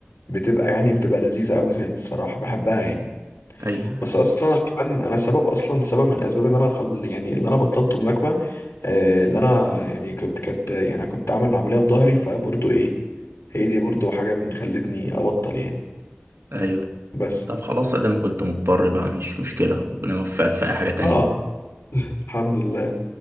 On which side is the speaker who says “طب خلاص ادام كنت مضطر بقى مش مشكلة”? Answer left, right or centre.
Right